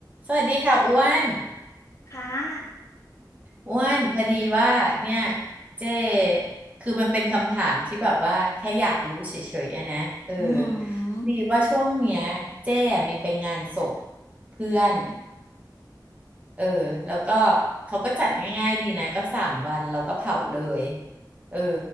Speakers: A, on the right; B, on the left.
A: สวัสดีค่ะอ้วน
B: ค่ะ
A: อ้วนพอดีว่าเนี่ยเจ้คือมันเป็นคำถามที่แบบว่าแค่อยากรู้เฉยๆอะนะเออ
B: อือหื
A: พอดีว่าช่วงเนี้ยเจ้มีไปงานศพ
B: อ
A: เพื่อน เออแล้วก็เขาก็จัดง่ายๆดีนะก็สามวันเราก็เผาเลยเออ